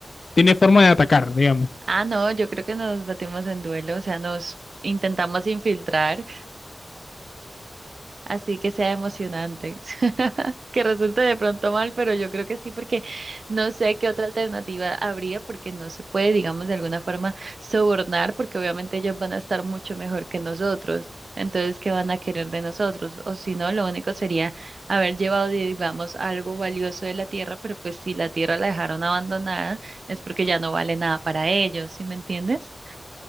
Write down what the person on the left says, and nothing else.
tiene forma de atacar, digamos.